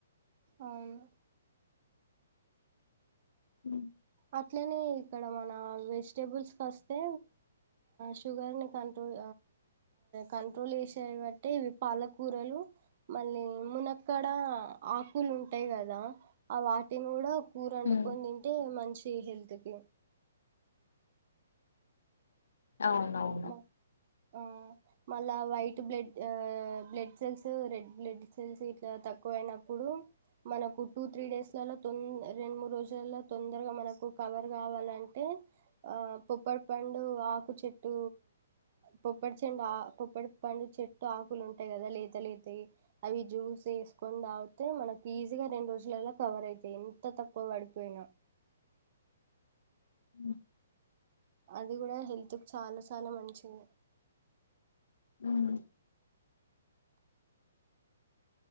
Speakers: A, on the right; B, on the left.
A: అవును
B: హ
A: అట్లనే ఇక్కడ మన వెజిటబుల్స్ కి వస్తే షుగర్ ని కంట్రోల్ కంట్రోల్ చేసే బట్టి ఇవి పాలకూరలు మళ్ళీ మునక్కడ ఆకులు ఉంటాయి కదా ఆ వాటిని కూడా కూర వండుకోని
B: ఉమ్
A: తింటే మంచి హెల్త్ కి
B: అవునవును
A: మా ఆ మళ్ళ white blood blood cells red blood cells ఇట్లా తక్కువయినప్పుడు మనకు టూ త్రీ డేస్ లలో తొ రెండు మూడు రోజులు తొందరగా మనకు కవర్ కావాలంటే ఆ పొప్పడి పండు ఆకు చెట్ చెటు పొప్పడి చెట్టు ఆ పొప్పడి పండు చెట్టు ఆకులు ఉంటాయి కదా లేత లేతయి అవి జ్యూస్ చేసుకొని తాగితే మనకి ఈజీగా రెండు రోజులలో కవర్ అయితాయి ఎంత తక్కువ పడిపోయినా
B: ఉ
A: అది కూడా హెల్త్ చాలా చాలా మంచిగ
B: ఉమ్